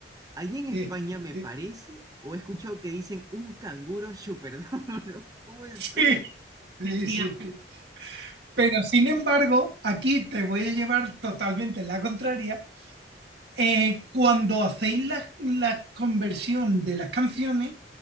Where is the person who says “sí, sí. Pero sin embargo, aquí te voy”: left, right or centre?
Right